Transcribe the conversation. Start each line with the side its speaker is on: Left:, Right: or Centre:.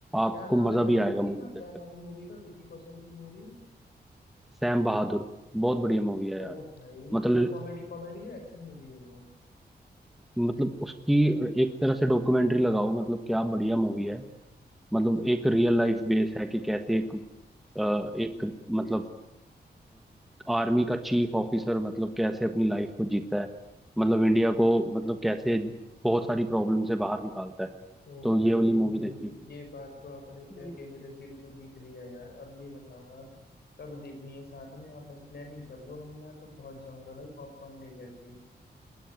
Centre: आपको
Left: क्या नाम
Centre: मजा
Left: है भाई
Centre: भी
Left: मूवी
Centre: आएगा मूवी
Left: का
Centre: देखकर
Left: क्या नाम है मूवी का विकी कौशल की मूवी
Centre: सैम बहादुर बहुत बढ़िया मूवी है
Left: ओ
Centre: यार
Left: भाई
Centre: मतलब
Left: तो कॉमेडी कॉमेडी है एक्शन मूवी है वो
Centre: मतलब उसकी एक तरह से डॉक्यूमेंट्री लगाओ मतलब क्या बढ़िया मूवी है मतलब एक रियल लाइफ बेस है कि कैसे एक अ, एक मतलब आर्मी का चीफ ऑफिसर मतलब कैसे अपनी लाइफ को जीता है मतलब इंडिया को मतलब कैसे बहुत सारी प्रॉब्लम से बाहर निकालता है
Left: ओ
Centre: तो
Left: भाई
Centre: ये वाली मूवी देखिए
Left: ये बात तो आपने क्या
Centre: हम्म।
Left: है कि मेरे दिल को जीत लिया यार अब ये बताओ आप कब देखनी है साथ में आप बस प्लानिंग कर दो हम मैं तो पहुंच जाऊंगा भाई पॉपकॉर्न लेकर के